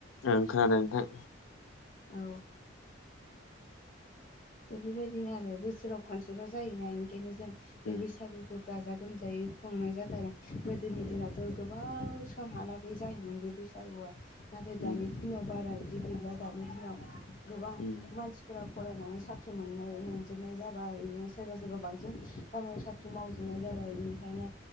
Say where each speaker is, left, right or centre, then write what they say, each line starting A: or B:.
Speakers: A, on the left; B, on the left.
A: ओं खोनादों नोंथां
B: औ बेफोरबायदिनो आरो बोसोराव खनसेल' जायोना ओनिखायनो जों
A: उम
B: बे बैसागुखौ
A: उम
B: गाज गाजा गोमजायै खुंनाय जादों आरो गोदोनि
A: उम
B: दिनाव गोबाव समहालागै जायोमोन बे बैसागुआ नाथाय दानि
A: उम
B: दिनाव बारा जि गैला दानि दिनाव गोबां
A: ओं
B: मानसिफोरा फरायनानै साख्रि ख्रि मोननाय मोनजोबनाय जाबाय बिदिनो सोरबा सोरबा बांसिन गामियाव साख्रि मावजोबनाय जाबाय बिनिखायनो